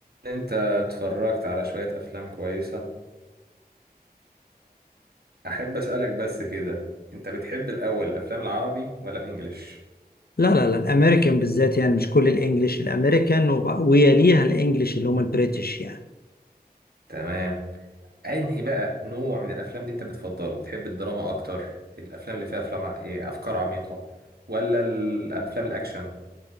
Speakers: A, on the right; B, on the left.
A: انت اتفرجت على شوية افلام كويسة احب اسألك بس كده انت بتحب الاول الافلام العربي ولا الانجليش
B: لا لا لا الامريكان بالذات يعني مش كل الانجليش الامريكان وب- ويليها الانجليش اللي هم البريتش يعني
A: تمام انهي بقى نوع من الافلام دي انت بتفضله بتحب الدراما اكتر الافلام اللي فيها افلام ع- ايه، افكار عميقة ولا الافلام الاكشن